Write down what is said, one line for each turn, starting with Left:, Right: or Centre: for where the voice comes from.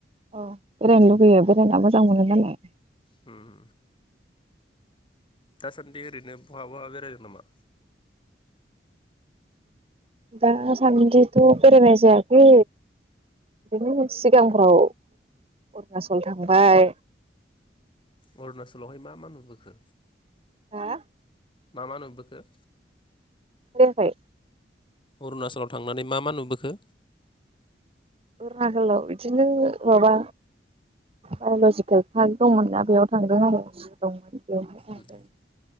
Right: अ बेरायनो लुुबैयो बेरायना मोजां मोनो मालाय
Left: ओम दासान्दि ओरैनो बहाबा बेरायगोन नामा
Right: दासान्दिथ' बेरायनाय जायाखै बिदिनो सिगांफ्राव अरुणाचल थांबाय
Left: अरुणाचलावहाय मा मा नुबोखो
Right: हा
Left: मा मा नुबोखो खो
Right: खोनायाखै?
Left: अरुणाचलआव थांनानै मा मा नुबोखो?
Right: अरुणाचलआव बिदिनो माबा बाय'लजिकेल पार्क दंमोन ना बेयाव थांदों आरो सिगाङाव बेवहाय थांदों
Left: उम